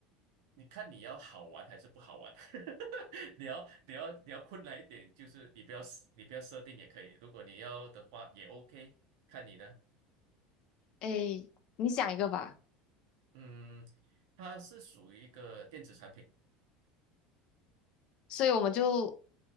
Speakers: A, on the right; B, on the left.
A: 你看你要好玩还是不好玩？<laughs> 你要你要你要困难一点，就是你不要你不要设定也可以，如果你要的话也 OK，看你呢。
B: 诶，你想一个吧，
A: 嗯，它是属于一个电子产品
B: 所以我们就